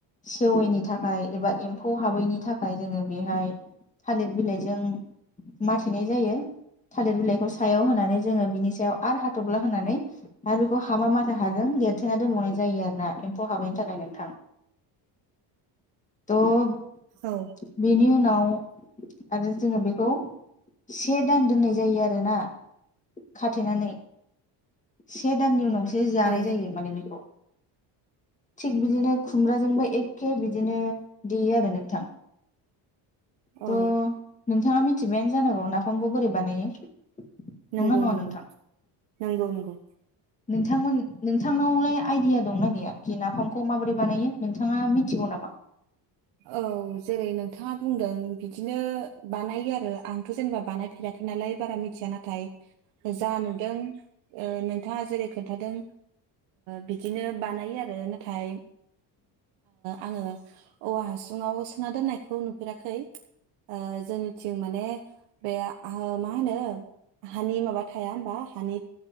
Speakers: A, on the left; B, on the right.
A: सेवैनि थाखाय एबा एम्फौ हाबैनि थाखाय जोङो बेहाय थालिर बिलाइजों माथेनाय जायो थालिर बिलाइखौ सायाव होनानै जोङो बिनि सायाव आरो हाथफ्ला होनानै आरो बेखौ हामा माथा हाजों लेरथेना दोनबावनाय जायो आरोना एम्फौ हाबैनि थाखाय नोंथां थ'
B: औ
A: बिनि उनाव आरो जोङो बेखौ से दान दोननाय जायो आरोना खाथेनानै से दाननि उनावसो जानाय
B: औ
A: जायो माने बेखौ थिग बिदिनो खुमब्राजोंबो एखे बिदिनो देयो आरो नोंथां
B: औ
A: थ' नोंथाङा मिथिबायानो जानांगौ नाफामबो बोरै बानायो
B: नंगौ
A: नंना नङा
B: नंगौ
A: नोंथां
B: नंगौ नंगौ
A: नोंथांमोन नोंथांनावलाय आइदिया दंना गैया खि नाफामखौ माबोरै बानायो नोंथाङा मिथिगौ नामा
B: औ जेरै नोंथाङा बुंदों बिदिनो बानायो आरो आंथ' जेनेबा बानायफेराखै नालाय बारा मिथिया नाथाय जा नुदों नोंथाङा जेरै खोन्थादों बिदिनो बानायो आरो नाथाय आङो औवा हासुङाव सोना दोननायखौ नुफेराखै आ जोंनिथिं माने बे मा होनो हानि माबा थाया होमबा हानि